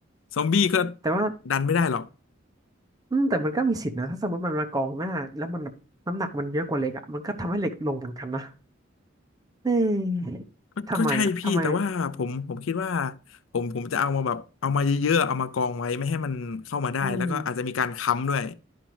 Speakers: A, on the left; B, on the right.
A: ซอมบี้ก็
B: แต่ว่า
A: ดันไม่ได้หรอก
B: อืมแต่มันก็มีสิทธินะถ้าสมมติมันมากองหน้าแล้วมันแบบน้ำหนักมันเยอะกว่าเหล็กอ่ะมันก็ทำให้เหล็กลงเหมือนกันนะเอ๊ะ
A: ก็ก็ใช่พี่แต่ว่าผมผมคิดว่า
B: ทำไมอ่ะทำไม
A: ผมผมจะเอามาแบบเอามาเยอะๆเอามากองไว้ไม่ให้มันเข้ามาได้แล้วก็อาจจะมีการค้ำด้วย
B: อืม